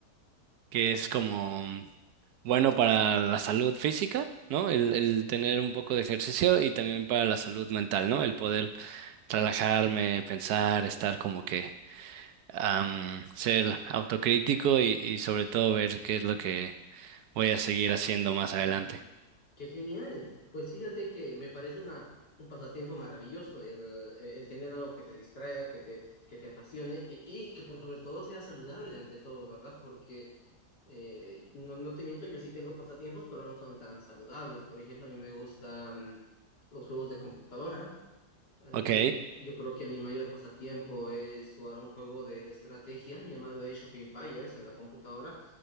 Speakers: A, on the right (about 75°); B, on the left (about 75°).
A: que es como mm, bueno para la salud física, ¿no? El, el tener un poco de ejercicio y también para la salud mental, ¿no? El poder relajarme, pensar, estar como que am, ser autocrítico y, y sobre todo ver qué es lo que voy a seguir haciendo más
B: Claro,
A: adelante.
B: qué genial. Pues fíjate que me parece una, un pasatiempo maravilloso el, e-, el tener algo que te distraiga, que te, que te apasione y, y que por sobre todo sea saludable ante todo, ¿verdad? Porque eh, no, no te miento, yo sí tengo pasatiempos, pero no son tan saludables. Por ejemplo, a mí me gustan los juegos de computadora. Eh,
A: Ok,
B: yo creo que mi mayor pasatiempo es jugar un juego de estrategia llamado Age of Empires en la computadora